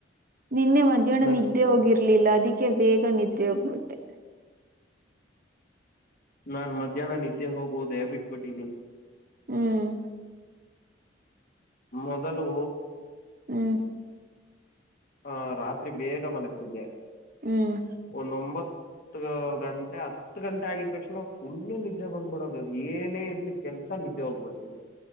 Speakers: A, on the right; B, on the left.
A: ನಿನ್ನೆ ಮಧ್ಯಾಹ್ನ
B: ನನ್
A: ನಿದ್ದೆ ಹೋಗಿರ್ಲಿಲ್ಲ ಅದಿಕ್ಕೆ ಬೇಗ ನಿದ್ದೆ ಹೋಗ್ಬಿಟ್ಟೆ.
B: ನಾನ್ ಮಧ್ಯಾಹ್ನ ನಿದ್ದೆ ಹೋಗುವುದೇ ಬಿಟ್ಬಿಟ್ಟಿದ್ದೀನಿ.
A: ಹ್ಮ್.
B: ಮೊದಲು.
A: ಹ್ಮ್.
B: ಆ ರಾತ್ರಿ ಬೇಗ ಮಲಗ್ತಿದ್ದೆ.
A: ಹ್ಮ್.
B: ಒಂದೊಂಬತ್ ಗಂಟೆ ಹತ್ ಹತ್ ಗಂಟೆ ಆಗಿದ್ದ ತಕ್ಷಣ ಫುಲ್ಲು ನಿದ್ದೆ ಬಂದ್ಬಿಡೋದು ಅದು ಏನೇ ಇರ್ಲಿ ಕೆಲ್ಸ ನಿದ್ದೆ ಹೋಗ್ಬಿಡ್ತಿದ್ದೆ.